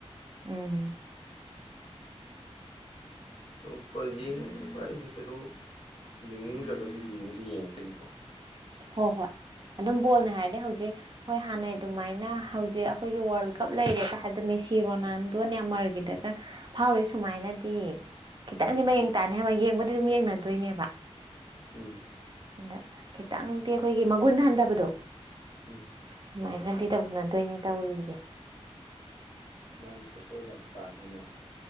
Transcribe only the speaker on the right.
ꯎꯝ
ꯍꯣꯏ ꯍꯣꯏ ꯑꯗꯨꯝ ꯕꯣꯜꯅꯦ ꯍꯥꯏꯔꯗꯤ ꯍꯧꯖꯤꯛ ꯍꯣꯏ ꯍꯥꯟꯅꯩ ꯑꯗꯨꯃꯥꯏꯅ ꯍꯧꯖꯤꯛ ꯑꯩꯈꯣꯏꯒꯤ ꯋꯥꯔꯜ ꯀꯞ ꯂꯩꯔꯦ ꯀ ꯍꯥꯏꯕꯗ ꯃꯦꯁꯤ ꯔꯣꯅꯥꯟꯗꯣ ꯅꯦꯃꯔꯒꯤꯗ ꯐꯥꯎꯔꯤ ꯁꯨꯃꯥꯏꯅꯗꯤ ꯈꯤꯇꯪꯗꯤ ꯃꯌꯦꯡ
ꯇꯥꯅꯤ ꯍꯥꯏꯕ ꯌꯦꯡꯕꯗꯤ ꯑꯗꯨꯝ ꯌꯦꯡꯅ ꯗꯨꯏꯅꯦꯕ
ꯑꯗ ꯈꯤꯇꯪꯗꯤ ꯑꯩꯈꯣꯏꯒꯤ ꯃꯒꯨꯟ ꯍꯟꯊꯕꯗꯣ
ꯑꯗꯨꯃꯥꯏꯅꯗꯤ ꯇꯧꯅꯗꯣꯏꯅꯦ ꯇꯧꯔꯤꯖ‌ꯦ